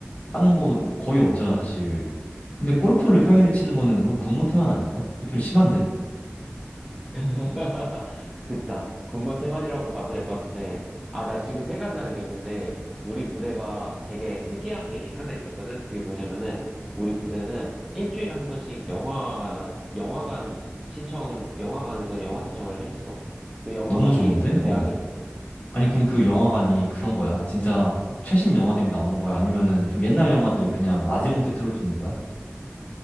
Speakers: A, on the left; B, in the centre.
A: 하는 거 거의 없잖아, 사실. 근데 골프를 평일에 치는 거는 그건 근무 태만 아닌가? 그거 좀 심한데?
B: <laughs> 그니까 군무 태만이라고 봐도 될 것 같은데 아 나 지금 생각나는 게 있는데 우리 부대가 되게 특이한 게 하나 있었거든 그게 뭐냐면은 우리 부대는 일주일에 한 번씩 영화 영화관 시청 영화관에서 영화 시청을 해줬어 그 영화관이
A: 너무 좋은데?
B: 부대
A: 어.
B: 안에 있어
A: 아니, 그럼 그 영화관이 그런 거야? 진짜 최신 영화들이 나오는 거야? 아니면은 좀 옛날 영화들 그냥 마지못해 틀어주는 거야?